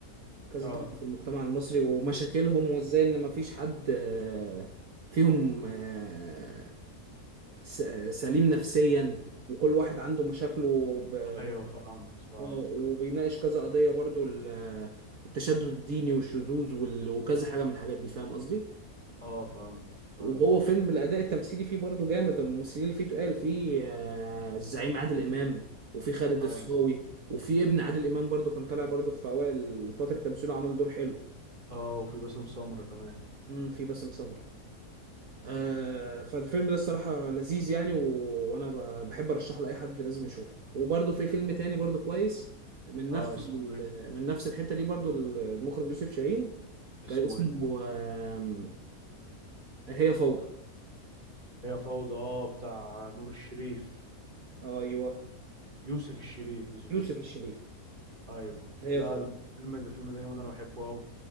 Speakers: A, on the right; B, on the right.
A: كذا
B: اه
A: طبقة في المجتمع المصري ومشاكلهم وازاي ان مفيش حد آه، فيهم آه، س- آه، سليم نفسيا وكل واحد عنده مشاكله ب... ب...
B: ايوه فهمت فهمتك
A: اه وبيناقش كذا قضية برضو ال- آه، التشدد الديني والشذوذ وال... وكذا حاجة من الحاجات دي فاهم قصدي؟
B: اه فهمت فهمت
A: وهو فيلم الأداء التمثيلي فيه برضو جامد الممثلين اللي فيه تقال فيه آه، الزعيم عادل إمام وفيه خالد
B: ايوه
A: الصاوي وفيه ابن عادل إمام برضو كان طالع برضو في أوائل فترة تمثيله عمل دور حلو
B: اه وفي باسم سمرة كمان
A: امم في باسم سمرة آه، فالفيلم ده الصراحة لذيذ يعني و... وأنا ب... بحب أرشحه لأي حد لازم يشوفه وبرده في فيلم تاني برده كويس من نفس
B: اه اسمه
A: ال...
B: ايه
A: من نفس الحتة دي برده المخرج يوسف شاهين
B: اسمه
A: كان اسمه
B: ايه
A: آم، هي فوضى
B: هي فوضى اه بتاع نور الشريف
A: أيوه
B: يوسف الشريف يوسف
A: يوسف
B: الشريف
A: الشريف
B: ايوه
A: هي
B: لا
A: فوضى
B: الفيلم ده الفيلم ده جامد انا بحبه قوي